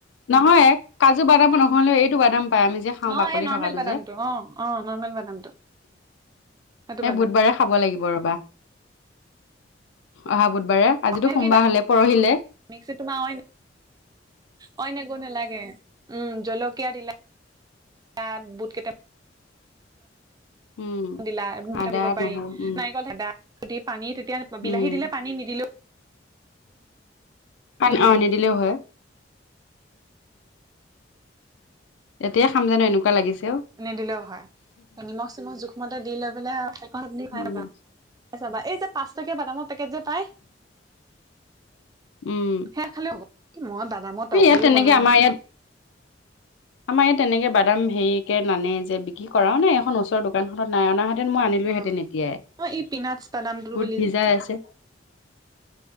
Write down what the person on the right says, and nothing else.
অ
এই নৰ্মেল
বাদামটো
অ অ নৰ্মেল বাদামটো। সেইটো
বাদাম
সেইটো
কি দাম
মিক্সিত তোমাৰ অইন অইন নালাগে উম জলকীয়া দিলা তাত বুট কেইটাম-
দিলা এমিশন
দিব পাৰি
নাৰিকল হো যদি পানী তেতিয়া বিলাহী
দিলে পানী নিদিলেও
হৈ যায়
মানে
এনে দিলেও হয় নিমখ চমখ জোখমতে দি লৈ পেলাই সেই খাইাবা
বাা এই যে পাঁচ টকীয়া বাদামৰ পেকেট যে পায়
সেয়া খালে হ মই দাদামৰ তৰকাৰীও
বনাওঁ
অ
অ ই পিনাটছ বাদামটো
বুলি